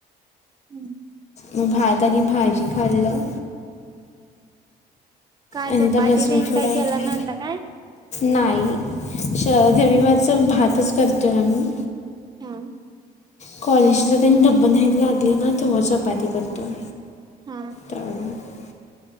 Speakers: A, on the right; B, on the left.
A: हम्म.
B: मग भात आणि भाजी खाल्लं.
A: का
B: आणि
A: चपाती
B: आता बसलो
A: देन
B: थोडा
A: काय
B: वेळ
A: केला नव्हता काय.
B: नाही शधवीवरच भातच करतोय आम्ही.
A: हम!
B: कॉलेजला त्यांनी डब्बल घ्यायला लागले ना तेव्हा चपाती करतो
A: हा
B: तर